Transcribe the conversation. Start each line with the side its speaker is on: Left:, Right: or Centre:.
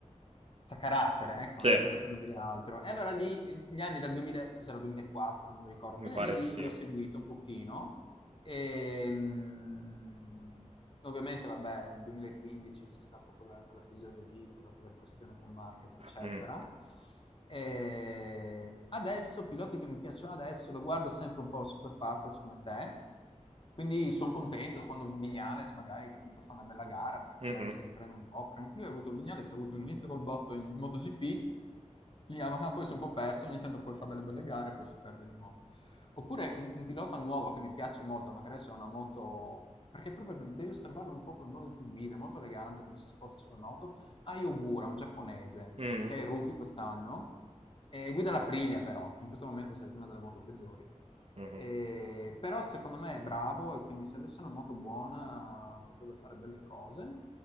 Left: c'ha carattere, ecco,
Right: Sì,
Left: no, per, per non dire altro. E allora lì, gli anni dal 2000, cos'era, 2004, non mi ricordo,
Right: mi
Left: quegli
Right: pare
Left: anni lì
Right: di sì.
Left: l'ho seguito un pochino, e, mh, ovviamente, vabbè, nel 2015 c'è stato quella- quell'episodio lì, quella, quella questione con Marquez, eccetera.
Right: Mm,
Left: E adesso, piloti che mi piacciono adesso, lo guardo sempre un po' super partners come te. Quindi sono contento quando Vignales magari, capito, fa una bella gara perché
Right: mhm,
Left: magari si riprende un po'. Perché lui ha avuto Vignales, ha avuto un inizio col botto in MotoGP, in Yamaha poi si è un po' perso, ogni tanto poi fa delle belle gare e poi si perde di nuovo. Oppure un, un pilota nuovo che mi piace molto, ma che adesso è una moto perché proprio devi osservarlo un po' col modo in cui guida, è molto elegante come si sposta sulla moto. Ai Ogura, un giapponese,
Right: mhm,
Left: che è il rookie quest'anno, e guida la Priglia però, che in questo momento sai che è una delle moto peggiori.
Right: mhm.
Left: E- Però secondo me è bravo e quindi se avesse una moto buona potrebbe fare belle cose.